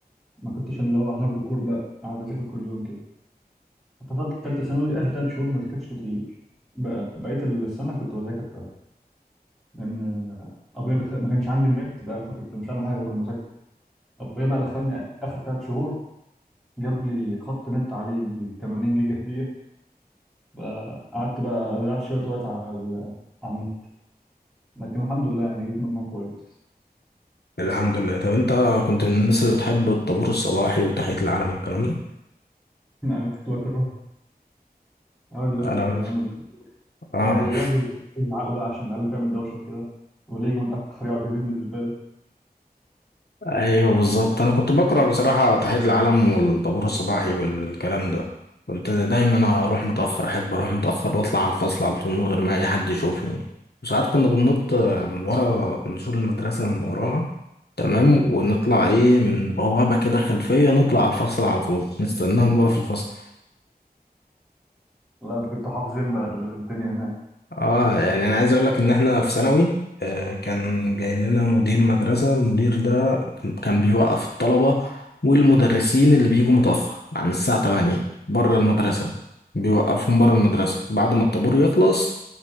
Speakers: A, in the centre; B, on the left (about 80°).
A: ما كنتش اللي هو هارد كور بقى اقعد اذاكر كل يوم اتفضلت في ثالثه ثانوي اخر ثلاث شهور ما ذاكرتش كتير بق- بقيت السنه كنت بذاكر فعلا لان آه، ابويا دخل... ما كانش عندي النت بقى فكنت مش عامل حاجه غير المذاكره ابويا بقى دخلني اخر ثلاث شهور جاب لي خط نت عليه يجي 80 جيجا هديه بقى قعدت بقى ضيعت شويه وقت على ال- على النت لكن الحمد لله يعني جبت مجموع كويس
B: الحمد لله طب انت كنت من الناس اللي بتحب الطابور الصباحي وتحيه العلم والكلام ده
A: <laughs> يعني كنت بكرهه يقعد يقول
B: انا
A: لك اعمل كده
B: اه
A: ويقعدوا يزعقوا بقى عشان العيال بتعمل دوشه وكده واللي يجي متاخر يقعد يلم الزباله
B: ايوه بالظبط انا كنت بقرا بصراحه تحيه العلم والطابور الصباحي والكلام ده كنت دايما اروح متاخر احب اروح متاخر واطلع على الفصل على طول من غير ما اي حد يشوفني وساعات كنا بننط من ورا من سور المدرسه من وراها تمام ونطلع ايه من بوابه كده خلفيه نطلع على الفصل على طول نستناهم بقى في الفصل
A: لا انت كنت حافظين بقى الدنيا هناك
B: اه يعني انا عايز اقول لك ان احنا في ثانوي آه كان جاي لنا مدير مدرسة المدير ده كان بيوقف الطلبة والمدرسين اللي بيجوا متأخر عن الساعة 8 بره المدرسة بيوقفهم بره المدرسة بعد ما الطابور يخلص